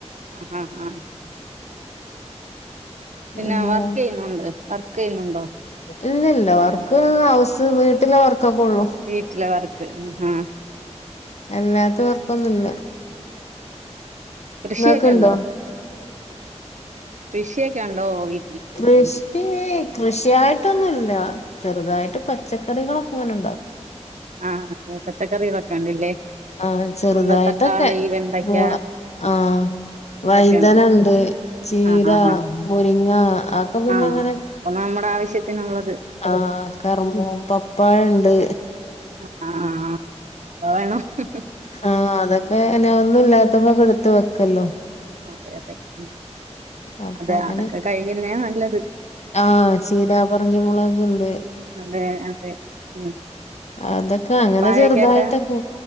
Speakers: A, on the right (about 85°); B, on the left (about 65°).
A: അ ഹ ആഹ് പിന്നെ
B: എന്താ
A: വർക്ക് ചെയ്യുന്നുണ്ട് വർക്ക് യ്യുന്നുണ്ടോ
B: ഇല്ലല്ല വർക്ക് ഹൗസ് വീട്ടിലെ വർ ക്കെക്കൊള്ളു
A: വീട്ടിലെ വർക്ക് ആഹ് ആഹ്
B: അല്ലാത്ത വർക്കൊന്നുല്ല
A: കൃഷിയൊക്കെ
B: ഇങ്ങക്ക് ണ്ടോ
A: ഉണ്ടോ കൃഷിയൊക്കെ ഉണ്ടോ വീ
B: കൃഷി ഏഹ് കൃഷിയായിട്ടൊന്നുല്ല ചെറുതായിട്ട് പച്ചക്കറികളൊക്കെ ങ്ങനെണ്ടാക്കും
A: ആഹ് പച്ചക്കറികളൊക്കെ ഉണ്ടല്ലേ
B: ആഹ് ചെറുതായിട്ടൊക്കെ
A: നമ്മള് തക്കാളി വെണ്ടയ്ക്ക
B: പൂള ആഹ്
A: അതൊക്കെയുണ്ട്
B: വഴുതനണ്ട് ചീര
A: ആഹ് ആഹ്
B: മുരിങ്ങ അപ്പോ
A: ആഹ്
B: പിന്നെങ്ങനെ
A: ആഹ് അപ്പൊ നമ്മുടെ ആവശ്യത്തിനുള്ളത്
B: ആഹ് കർമൂ പപ്പായണ്ട്
A: ആഹ് ന്തോ വേണം
B: ആഹ് അതൊക്കെ നാ ഒന്നും ഇല്ലാത്തപ്പോ എടുത് വെക്കല്ലോ
A: അതെ അതെ ഉം
B: അപ്പൊ
A: അതെ
B: അങ്ങനെ
A: അതൊക്കെ കഴിക്കുന്നേ നല്ലത്
B: ആ ചീരാ പറങ്കി മുളക് ണ്ട്
A: അതെ അതെ ഉം
B: അതൊക്കെ
A: പപ്പായക്കൊക്കെ
B: അങ്ങനെ ചെറുതായിട്ടൊക്കെ